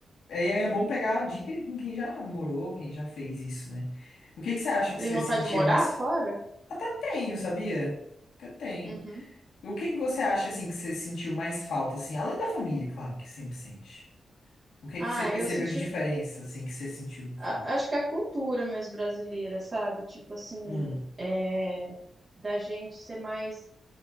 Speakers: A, on the left (about 85°); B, on the right (about 40°).
A: É, e aí é bom pegar a dica com quem já morou, quem já fez isso, né? O que que você acha que
B: Tem
A: você
B: vontade
A: sentia
B: de morar
A: mais.
B: fora?
A: Até tenho, sabia? Até tenho.
B: Uhum.
A: O que que você acha assim que você sentiu mais falta assim, além da família, claro que sempre sente. O que
B: Ah,
A: que você percebeu
B: eu senti.
A: de diferença assim que você sentiu
B: a-
A: falta?
B: Acho que é a cultura mesmo brasileira, sabe? Tipo assim,
A: Hum,
B: é, da gente ser mais